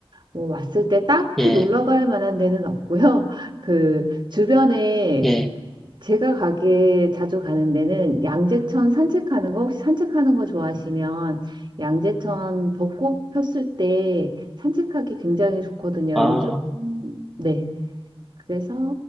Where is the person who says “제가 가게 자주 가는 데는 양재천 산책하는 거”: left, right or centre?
Right